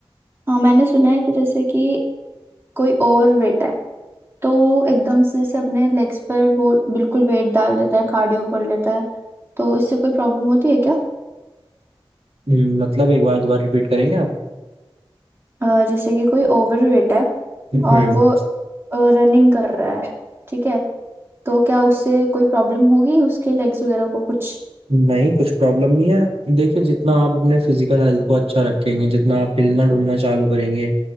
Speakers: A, on the right; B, on the right.
A: हाँ मैंने सुना है कि जैसे कि कोई ओवरवेट है तो वो एकदम से जैसे अपने लेग्स पर वो बिल्कुल वेट डाल देता है कार्डियो कर लेता है तो इससे कोई प्रॉब्लम होती है क्या
B: हम्म, मतलब एक बार दोबारा रिपीट करेंगे आप
A: अ, जैसे कि कोई ओवर वेट है
B: हम्म
A: और वो रनिंग कर रहा है ठीक है तो क्या उससे कोई प्रॉब्लम होगी उसके लेग्स वगैरह को कुछ
B: नहीं कुछ प्रॉब्लम नहीं है देखिए जितना आप अपने फिजिकल हेल्थ को अच्छा रखेंगे जितना आप हिलना डुलना चालू करेंगे